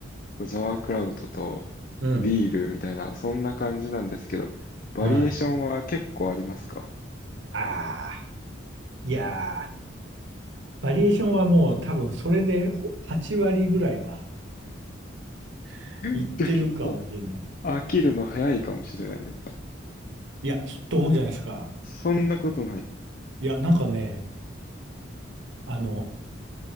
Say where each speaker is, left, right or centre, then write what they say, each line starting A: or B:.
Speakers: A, on the left; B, on the right.
A: ザワークラウトと
B: うん。
A: ビールみたいな、そんな感じなんですけど、バリエーションは結構ありますか
B: はい。ああ、いやー、バリエーションはもう多分それでほ8割ぐらいは <laughs>
A: うんじゃあ結構
B: いってるかもしれない。
A: 飽きるの早いかもしれないです。
B: いや、と思うじゃないですか。
A: そんなことない。
B: いや、なんかね、あの、